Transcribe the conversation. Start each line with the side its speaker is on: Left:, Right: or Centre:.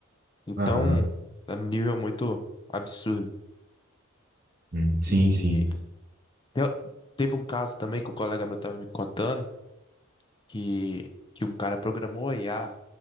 Left: Então,
Right: Aham.
Left: é um nível muito absurdo.
Right: Hum, Sim,
Left: E
Right: sim.
Left: eu- teve um caso também que o colega meu tava me contando que, que um cara programou a IA